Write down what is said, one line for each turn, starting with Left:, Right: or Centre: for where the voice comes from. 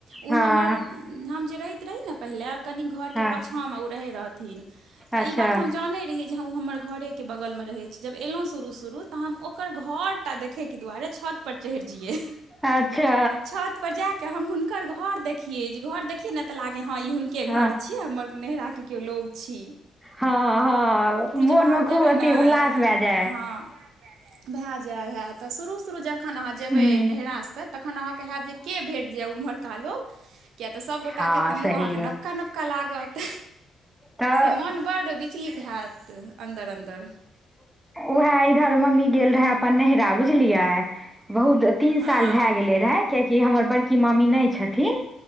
Right: ओ
Centre: हँ
Right: हमर हम जे रहैत रही ने पहिले कनि घरके
Centre: हँ
Right: पछ हम उ रहे रहथिन,
Centre: अच्छा
Right: इ बात हम जाने रहिएऐ उ हमर घरे के बगल मे रहै छै, जब एलहुँ शुरू- शुरू तऽ हम ओकर घरटा देखैके दुआरे, छत पर चढ़ि जइै,
Centre: अच्छा
Right: छत पर जाकऽ हम हुनकर घर देखियै, घर देखियै न तऽ लागै हँ ई हुनके
Centre: हँ
Right: घर छीये। कि हमर नहराके केओ लोग छी।
Centre: हँ- हँ।
Right: उ
Centre: मोन
Right: जब अहाँ
Centre: मे
Right: जेबै
Centre: खूब अथी
Right: ने
Centre: उल्लास भए जायत
Right: हँ। भए जाइ हए तऽ शुरू- शुरू जखन अहाँ जेबै
Centre: हूँ
Right: नैहरासँ। तखन आहा के हैतजे के भैट जै ऊमहरका लोग, किया तऽ सबगोटा
Centre: हँ
Right: के मुंह
Centre: सही
Right: तऽ
Centre: मे
Right: नबका- नब का लागत,
Centre: तऽ
Right: से मोन बड्ड विचलित हैत अन्दर- अन्दर।
Centre: उएह इधर मम्मी गेल रहे अपन नहरा बुझलियै। बहुत तीन
Right: हँ
Centre: साल भए गेले रहै। कियाकि हमर बड़की मामी नहि छथिन,